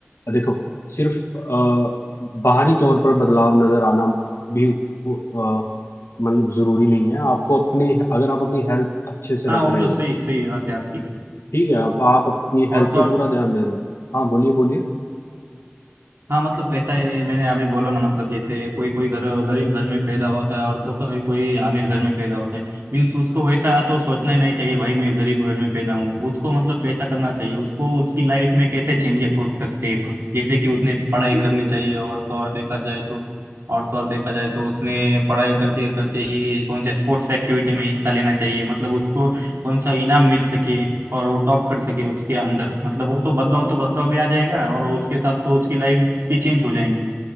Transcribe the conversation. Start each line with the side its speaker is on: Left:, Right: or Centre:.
Left: देखो सिर्फ अ, बाहरी तौर पर बदलाव नजर आना भी अ, मतलब जरूरी नहीं है आपको अपनी अगर आप अपनी हेल्थ अच्छे से
Right: हाँ
Left: रख
Right: वो
Left: रहे
Right: तो
Left: हो
Right: सही सही बात है आपकी
Left: ठीक है आप आप अपनी
Right: और
Left: हेल्थ
Right: तो
Left: पे
Right: और
Left: पूरा ध्यान दे रहे हो हाँ बोलिए बोलिए
Right: हाँ मतलब कैसा है मैंने अभी बोला ना मतलब जैसे कोई कोई घर गरीब घर में पैदा होता है और तो कोई कोई अमीर घर में पैदा होता है मीन्स उसको वैसा तो सोचना ही नहीं चाहिए भाई मैं गरीब घर में पैदा हूँ उसको मतलब कैसा करना चाहिए उसको उसकी लाइफ में कैसे चेंजेस हो सकते हैं जैसे कि उसने पढ़ाई करनी चाहिए और तो और देखा जाए तो और तो और देखा जाए तो उसने पढ़ाई करते करते ही कौन से स्पोर्ट्स एक्टिविटी में हिस्सा लेना चाहिए मतलब उसको कौन सा इनाम मिल सके और वो टॉप कर सके उसके अंदर मतलब वो तो बदलाव तो बदलाव भी आ जाएगा और उसके साथ तो उसकी लाइफ भी चेंज हो जाएंगी